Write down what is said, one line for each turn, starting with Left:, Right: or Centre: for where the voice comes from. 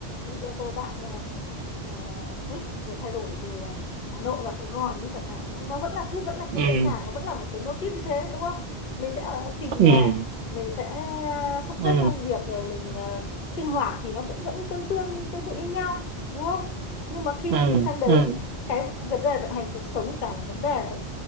Left: ví dụ tôi bạn như là à, switch rồi thay đổi từ ờ, Hà Nội vào Sài Gòn đi chẳng hạn đúng nó vẫn là cứ vẫn là cứ
Right: ừ
Left: dễ dàng nó vẫn là một cái mô típ như thế đúng không mình sẽ ở tìm
Right: ừ
Left: nhà mình sẽ à, sắp
Right: ừ
Left: xếp công việc rồi mình à, sinh hoạt thì nó cũng vẫn tương tương tương tự như nhau đúng không nhưng mà khi
Right: ừ
Left: mình sang đấy
Right: ừ
Left: cái vấn đề vận hành cuộc sống cả một vấn đề đấy